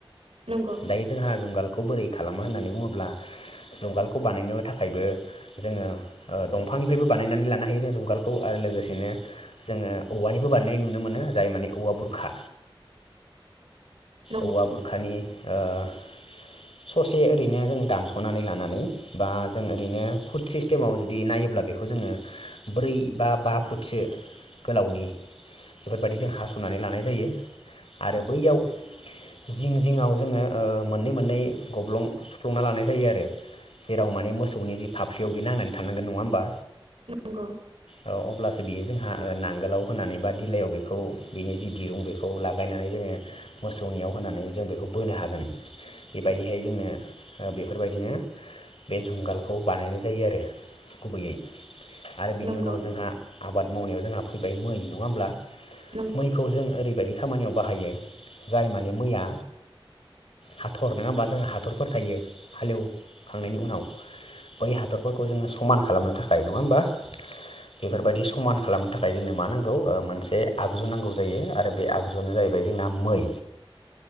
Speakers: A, on the right; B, on the left.
A: नंगौ
B: दायो जोंहा जुंगालखौ बोरै खालामो होननानै बुङोब्ला जुंगालखौ बानायनो थाखायबो जोङो ओ दंफांनिफ्रायबो बानायनानै लानो हायो जों जुंगालखौ आरो लोगोसेनो जोङो औवानिबो बानायनाय नुनो मोनो जाय माने औवा बुरखा
A: नंगौ
B: औवा बुरखानि ओ ससे ओरैनो जों दानस'नानै लानानै बा जों ओरैनो फुट सिस्टेमाव जुदि नायोब्ला बेखौ जोङो ब्रै बा बा फुटसो गोलावनि बेफोरबायदि जों हास'नानै लानाय जायो आरो बैयाव जिं जिङाव जोङो मोननै मोननै गब्लं सुफ्लंना लानाय जायो आरो जेराव माने मोसौनि जि फाफ्लियाव बे नांनानै थानांगोन नङा होमबा
A: नंगौ
B: औ अब्लासो बियो जों ना ओ नांगोलाव होनानै बा दिलायाव बेखौ बिनि जि दिरुं बेखौ लागायनानै जोङो मोसौनियाव होनानै जों बेखौ बोनो हागोन बेबायदिहाय जोंनो ओ बेफोरबायदिनो बे जुंगालखौ बानायनाय जायो आरो गुबैयै आरो बिनि
A: नंगौ
B: उनाव जोंहा आबाद मावनायाव जोंहा फैबाय मै नङा होमब्ला
A: नंगौ
B: मैखौ जों ओरैबायदि खामानियाव बाहायो जाय माने मैया हाथर नङा होमबा जोंहा हाथरफोर थायो हालेवखांनायनि उनाव बै हाथर बेफोरखौ जोङो समान खालामनो थाखाय नङा होमबा बेफोरबायदि समान खालामनो थाखाय जोंनो मा नां गौ मोनसे आगजु नांगौ जायो आरो बे आगजुआनो जायैबाय जोंना मै